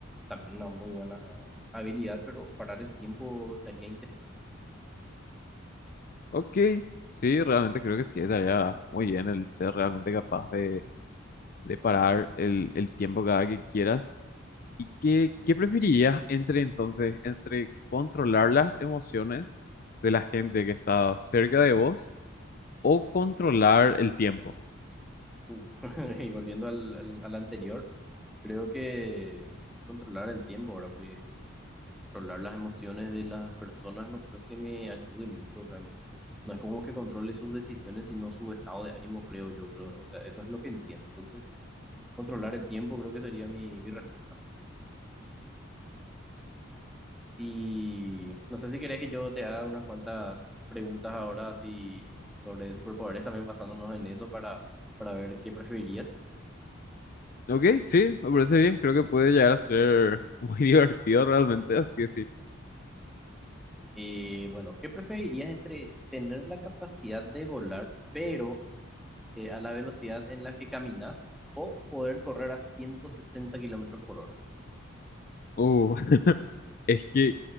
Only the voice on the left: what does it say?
Ok, sí, realmente creo que sí, estaría muy bien el ser realmente capaz de, de parar el, el tiempo cada que quieras. ¿Y qué, qué preferirías entre entonces, entre controlar las emociones de la gente que está cerca de vos o controlar el tiempo?
Ok, sí, me parece bien, creo que puede llegar a ser muy <laughs> divertido realmente, así que sí.
Uh, <laughs> es que